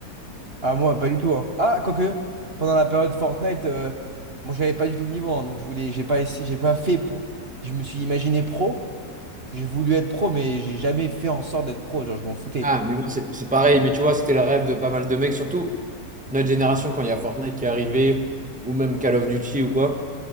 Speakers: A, on the right; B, in the centre.
A: Ah, moi, pas du tout. hein. Ah, quoique, pendant la période Fortnite, euh, moi, j'avais pas du tout le niveau. hein. donc, je voulais, j'ai pas, essayé- j'ai pas fait pour. Je me suis imaginé pro. J'ai voulu être pro, mais j'ai jamais fait en sorte d'être pro. Genre, je m'en foutais.
B: Ah, mais moi, c'est c'est pareil. Mais tu vois, c'était le rêve de pas mal de mecs, surtout notre génération, quand il y a Fortnite qui est arrivé, ou même Call of Duty ou quoi.